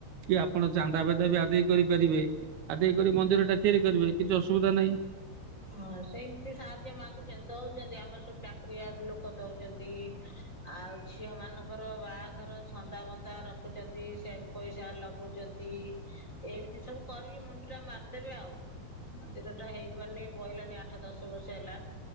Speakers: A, on the right; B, on the left.
A: କି ଆପଣ ଚାନ୍ଦା-ଫାନ୍ଦା ଭି ଆଦାୟ କରିପାରିବେ। ଆଦେଇ କରି ମନ୍ଦିରଟା ତିଆରି କରିବେ, କିଛି ଅସୁବିଧା ନାହିଁ।
B: ହଁ, ସେମିତି ସାହାଯ୍ୟ ମାଗୁଛନ୍ତି, ଦଉଛନ୍ତି, ଆମର ସବୁ ଚାକିରିଆ ଲୋକ ଦଉଛନ୍ତି। ଆଉ ଝିଅ ମାନଙ୍କର ବାହାଘର ଛନ୍ଦା-ବନ୍ଦା ରଖୁଛନ୍ତି, ସେ ପଇସା ଲଗଉଛନ୍ତି, ଏମିତି ସବୁ କରିକି ମୁଣ୍ଡି ଟା ମାରିଦେବେ ଆଉ। ମନ୍ଦିରଟା ହେଇପାରୁନି ପହିଲାନି ଆଠ, ଦଶ ବର୍ଷ ହେଲା।